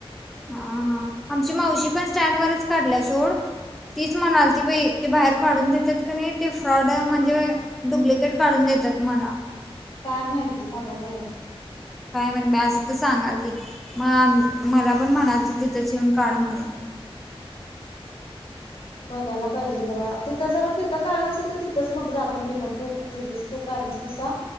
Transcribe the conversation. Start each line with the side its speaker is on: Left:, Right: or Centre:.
Centre: हाहा, आमची मावशी पण स्टँड वरच काढल्या सोड. तीच म्हणाल ती बाई, ते बाहेर काढून देत्यात क नाही ते फ्रॉड म्हणजे डुप्लिकेट काढून देतात मन.
Left: काय माहिती, बघाय पायजे.
Centre: काय म्हण, असं तर सांगाल ती, मग मला पण म्हणालती तिथंच येऊन काढ म्हणून.
Left: बघायला पाहिजे जरा, तिथं जरा तिथं काढत असेल तर च मग जातो मी पण, तू तुझ तू काढलीस की सांग